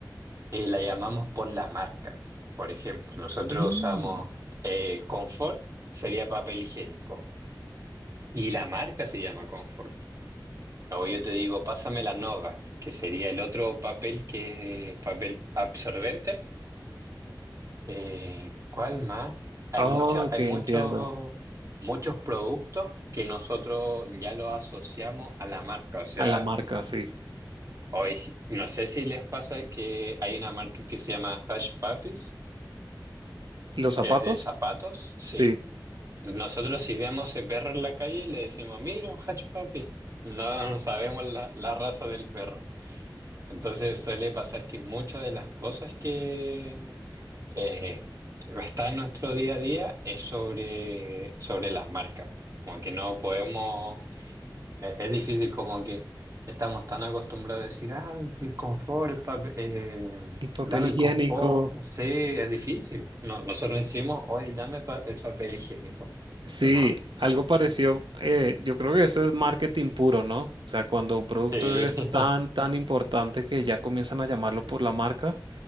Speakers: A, on the right; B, on the right.
A: eh, la llamamos por la marca. Por ejemplo, nosotros
B: Mm.
A: usamos eh, Confort, sería papel higiénico, y la marca se llama Confort. O yo te digo, pásame la Nova, que sería el otro papel que es papel absorbente. Eh, ¿cuál más? Hay
B: Oh,
A: mucha, hay
B: que
A: muchos,
B: entiendo.
A: muchos productos que nosotros ya los asociamos a la marca. O sea,
B: A la marca, sí.
A: hoy si, no sé si les pasa que hay una marca que se llama Hush Puppies,
B: ¿Los zapatos?
A: que es de zapatos. Sí.
B: Sí.
A: Nosotros si vemos ese perro en la calle le decimos, mira, un Hush Puppy. No, no sabemos la, la raza del perro. Entonces suele pasar que muchas de las cosas que eh, está en nuestro día a día es sobre, sobre las marcas. Como que no podemos, e- es, difícil como que estamos tan acostumbrados a decir, ah, el confort, el papel- eh,
B: El papel
A: dame
B: higiénico.
A: el confort, no sé, es difícil. No, nosotros decimos, hoy dame pa- el papel higiénico.
B: Sí,
A: No.
B: algo parecido, eh, yo creo que eso es marketing puro, ¿no? O sea, cuando un producto
A: Sí.
B: es
A: <laughs>
B: tan, tan importante que ya comienzan a llamarlo por la marca.